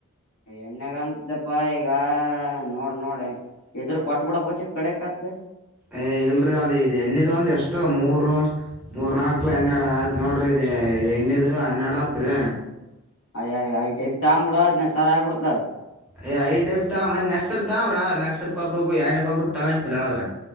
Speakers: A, on the left; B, in the centre.
A: ಎಣಯಾಗಂತ್ದಪ್ಪಾ ಈಗ ನೋಡ್ ನೋಡ ಇದ್ರ ಕೊಟ್ಬಿಡ ಪಚಿ ಕಡೆಕ್ತ್.
B: ಏ್ ಇಲ್ರರಿ ಅದೇ ಇದು ಎಣ್ಣಿದ್ ಒಂದ್ ಎಷ್ಟು ಮೂರು ಮೂರ್ ನಾಕ್ಲ್ ಎನ್ನೆಡು ಆಯ್ತ್ ನೋಡ್ರಿ ಇ. ಹೆಣ್ಣದು ಹನ್ನೆರಡು ಹ್ರ.
A: ಅದೇ ಐಬಿ ತಗ ಬಿಡ ಅದನ್ನಸಾರ ಆಗಿಡ್ತ.
B: ಏ ಐ ಡಬ್ಬ ತ ಮತ್ತತ್ ನೆಕ್ಸ್ಸಲ್ ತಗ ರಾ್ರ ನಕ್ಸ್ಸಲ್ ಕೊಬಗ ಎರಡ್ನಗ ಕೊಬರುಗ ತಗಂತನ್ ರಾ್ರ.